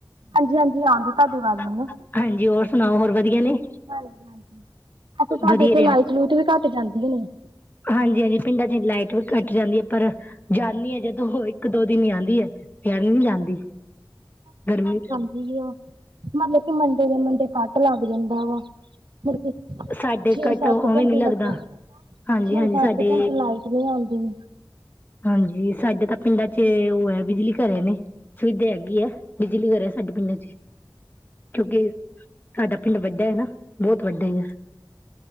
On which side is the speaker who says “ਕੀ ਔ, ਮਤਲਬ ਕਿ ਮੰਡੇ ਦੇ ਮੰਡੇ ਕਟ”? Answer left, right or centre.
Right